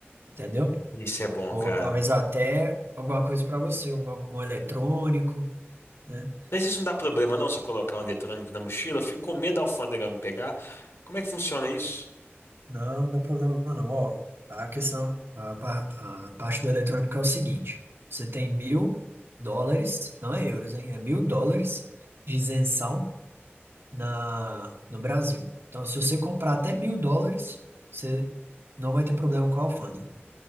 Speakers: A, on the right; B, on the left.
A: entendeu?
B: Isso é bom,
A: Ou
B: cara.
A: talvez até alguma coisa para você, alguma, um eletrônico. né?
B: Mas isso não dá problema, não, se eu colocar um eletrônico na mochila, eu fico com medo da alfândega me pegar. Como é que funciona isso?
A: Não, não dá problema não. Ó, a questão, a, par- a parte do eletrônico é o seguinte: você tem mil dólares, não é euros, hein? É mil dólares de isenção na, no Brasil. Então, se você comprar até mil dólares, você não vai ter problema com a alfândega.